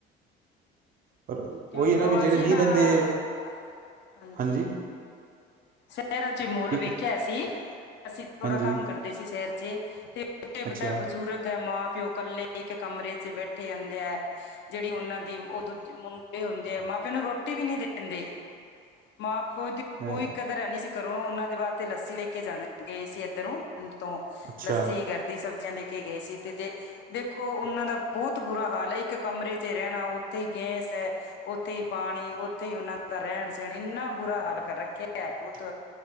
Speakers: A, on the right (about 45°); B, on the left (about 60°).
A: ਪਰ
B: ਕਿਉਂਕੀ
A: ਉਹੀ ਹੈ ਨਾ
B: ਓ
A: ਵੀ ਜਿਹੜੇ
B: ਅਸੀਂ
A: ਨਹੀਂ
B: ਨਾ
A: ਰਹਿੰਦੇ
B: ਹਾਂਜੀ
A: ਹਾਂਜੀ
B: ਸ਼ੈਰਾਂ ਚ ਮੋਲ
A: ਠੀਕ
B: ਵੇਖਿਆ
A: ਹੈ
B: ਸੀ ਅਸੀਂ ਥੋੜਾ
A: ਹਾਂਜੀ
B: ਕੰਮ ਕਰਦੇ ਸੀ ਸ਼ੈਰ ਚੇ ਤੇ <unintelligible>
A: ਅੱਛਾ
B: ਪਤਾ ਬਜ਼ੁਰਗ ਐ ਮਾਂ-ਪਿਓ ਕੱਲੇ ਇਕ ਕਮਰੇ ਚ ਬੈਠੇ ਹੁੰਦੇ ਐ ਜੇੜੀ ਉਨਾਂ ਦੀ ਓ ਦੂਜੇ ਮੁੰਡੇ ਹੁੰਦੇ ਐ ਮਾ-ਪਿਓ ਨੂੰ ਰੋਟੀ ਵੀ ਨੀ ਦਿੰਦੇ। ਮਾਂ <unintelligible> ਦੀ
A: ਹੈ
B: ਕੋਈ ਕਦਰ ਹੈਨੀ ਸੀ ਘਰੋ ਓਨਾਂ ਦੇ ਵਾਸਤੇ ਲੱਸੀ ਲੈਕੇ ਜਾਂਨੈ ਗਏ ਸੀ ਇੱਧਰੋਂ ਪਿੰਡ ਤੋਂ
A: ਅੱਛਾ
B: ਲੱਸੀ ਗਰਦੀ ਸਬਜ਼ੀਆਂ ਲੈ ਕੇ ਗਏ ਸੀ ਤੇ ਦੇ ਦੇਖੋ ਓਨਾਂ ਦਾ ਬੋਤ ਬੁਰਾ ਹਾਲ ਐ ਇੱਕ ਕਮਰੇ ਤੇ ਰੈਣਾ ਓਥੇ ਈ ਗੈਸ ਐ। ਓਥੇ ਹੀ ਪਾਣੀ, ਪਥੇ ਹੀ ਪਨਾ ਦਾ ਰੈਣ-ਸੈਣ ਇੰਨਾ ਬੁਰਾ ਹੱਲ ਕਰ ਰੱਖਿਆ। ਐ ਬੋਤ।